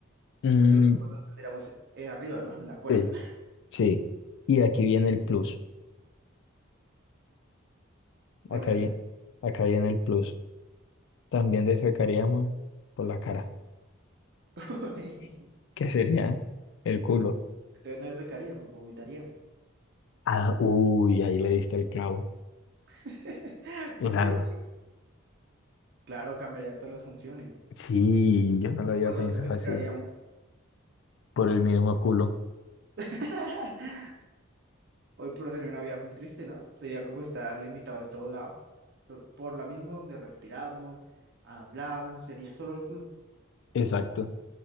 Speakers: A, on the left; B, on the right.
A: Mm,
B: porque los ojos los tendríamos eh, arriba, ¿no? En la cola.
A: Sí,
B: <laughs>
A: sí. Y aquí viene el plus.
B: ¿Cuál
A: Acá
B: es el
A: viene,
B: punto?
A: acá viene el plus. También defecaríamos por la cara,
B: <laughs>
A: <laughs> que sería el culo.
B: Entonces no defecaríamos, vomitaríamos.
A: Ah, uy, ahí le diste el clavo.
B: <laughs>
A: Claro.
B: Porque, uy, claro, cambiaría todas las funciones.
A: Sí, yo no lo
B: ¿Y
A: había
B: por dónde
A: pensado
B: respiraríamos?
A: así. Por el mismo culo.
B: <laughs> Hoy por sería una vida muy triste, ¿no? Sería como estar limitado de todo lado. Por, por la misma donde respiramos, hablamos, sería solo el culo.
A: Exacto.